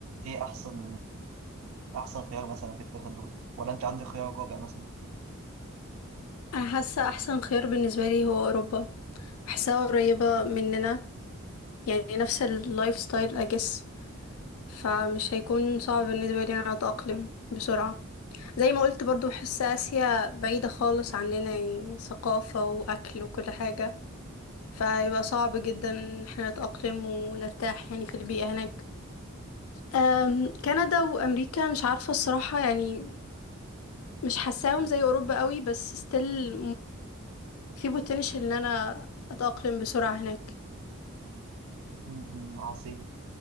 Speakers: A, on the right; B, on the left.
A: ايه احسن احسن خيار مثلا في الثلاثه دول ولا انت عندك خيار رابع مثلا
B: انا حاسه احسن خيار بالنسبه لي هو اوروبا بحسها قريبه مننا يعني نفس اللايف ستايل اجس فمش هيكون صعب بالنسبه لي انا اتاقلم بسرعه زي ما قلت برضو بحس اسيا بعيده خالص عننا يعني ثقافه واكل وكل حاجه فيبقى صعب جدا إن احنا نتاقلم ونرتاح يعني في البيئه هناك أم، كندا وامريكا مش عارفه الصراحه يعني مش حاساهم زي اوروبا قوي بس ستيل في potential ان انا اتأقلم بسرعة هناك
A: م- م، عظيم